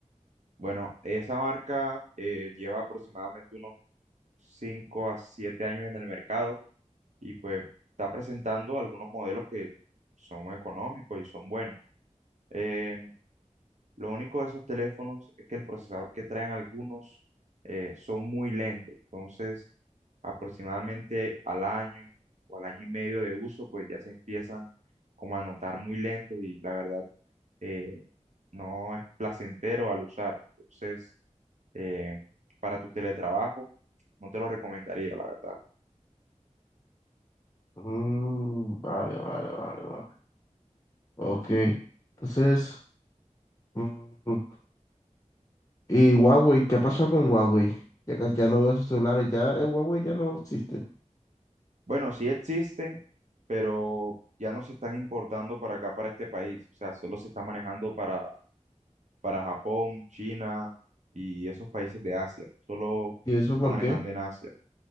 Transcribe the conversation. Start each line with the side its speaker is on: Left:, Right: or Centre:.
Right: Bueno, esa marca eh, lleva aproximadamente unos 5 a 7 años en el mercado y pues está presentando algunos modelos que son económicos y son buenos. Eh, lo único de esos teléfonos es que el procesador que traen algunos eh, son muy lentos, entonces aproximadamente al año o al año y medio de uso, pues ya se empiezan como a notar muy lentos y la verdad eh, no es placentero al usar. Entonces, eh, para tu teletrabajo, no te lo recomendaría, la verdad.
Left: Mm, vale, vale, vale, vale. Ok. Entonces, mm, ¿y Huawei? ¿Qué pasó con Huawei? Ya, casi- ya no veo sus celulares, ya eh, Huawei ya no existe.
Right: Bueno, sí existe, pero ya no se están importando para acá, para este país. O sea, solo se está manejando para, para Japón, China y esos países de Asia. Solo
Left: ¿Y eso
Right: se está
Left: por
Right: manejando
Left: qué?
Right: en Asia.